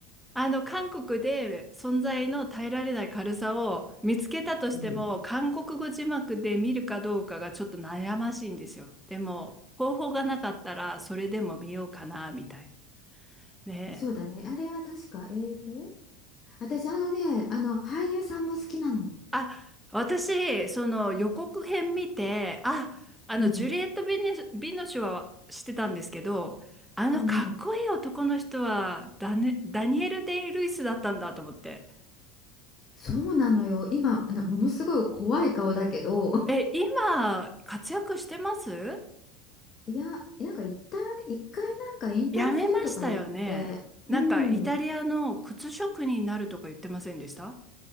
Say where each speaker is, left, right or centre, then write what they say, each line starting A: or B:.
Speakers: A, in the centre; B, on the left (about 40°).
A: あの、韓国で存在の耐えられない軽さを見つけたとしても、
B: うん。
A: 韓国語字幕で見るかどうかがちょっと悩ましいんですよ。でも、方法がなかったら、それでも見ようかな、みたいな。ねえ。
B: そうだね。あれは確か英語私、あのね、あの、俳優さんも好きなの。
A: あ、私、その予告編見て、あ、あの、
B: うん。
A: ジュリエット・ビネ、ビノシュは知ってたんですけど、あのかっこいい男の人はダネ、
B: うんうん。
A: ダニエル・デイ・ルイスだったんだと思って。
B: そうなのよ。今、なものすごい怖い顔だけど、
A: え、今、活躍してます
B: いや、なんか一旦、一回なんか引退するとか言って、
A: やめましたよね。
B: うん、
A: なんか、イタリアの靴職人になるとか言ってませんでした